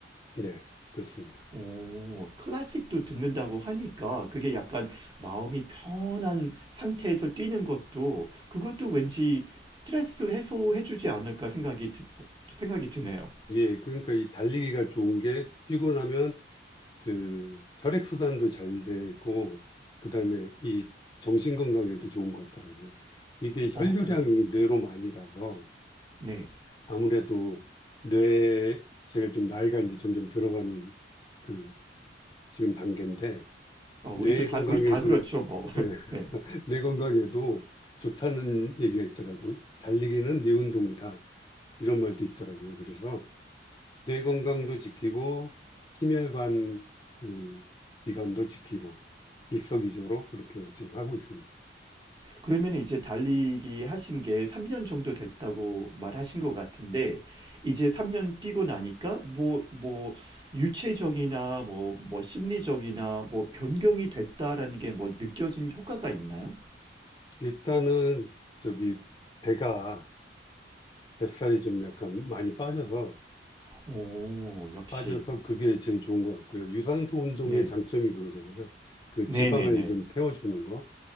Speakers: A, on the left; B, on the right.
A: 네, 그렇습니다.
B: 오, 클래식도 듣는다고 하니까 그게 약간 마음이 편한 상태에서 뛰는 것도 그것도 왠지 스트레스 해소해주지 않을까 생각이 드, 어, 생각이 드네요.
A: 예, 그러니까 이 달리기가 좋은 게 뛰고 나면 그 혈액순환도 잘 되고, 그 다음에 이 정신 건강에도 좋은 것 같더라고요. 이게
B: 어,
A: 혈류량이
B: 오
A: 뇌로 많이 가서
B: 네.
A: 아무래도 뇌, 제가 좀 나이가 이제 점점 들어가는 그 지금 단계인데,
B: 어, 우리도
A: 뇌
B: 다
A: 건강에도,
B: 우리 다 그렇죠, 뭐.
A: 예, <laughs>
B: <laughs> 네.
A: 뇌 건강에도 좋다는 얘기가 있더라고요. 달리기는 뇌 운동이다. 이런 말도 있더라고요. 그래서 뇌 건강도 지키고 심혈관 그 기관도 지키고 일석이조로 그렇게 지금 하고 있습니다.
B: 그러면 이제 달리기 하신 게 3년 정도 됐다고 말하신 것 같은데, 이제 3년 뛰고 나니까, 뭐, 뭐, 유체적이나, 뭐, 뭐, 심리적이나, 뭐, 변경이 됐다라는 게 뭐, 느껴진 효과가 있나요?
A: 일단은 저기 배가 뱃살이 좀 약간 많이 빠져서
B: 오, 역시.
A: 빠져서 그게 제일 좋은 것 같고요. 유산소 운동의
B: 네.
A: 장점이 그거잖아요. 그
B: 네네네.
A: 지방을 좀 태워주는 거.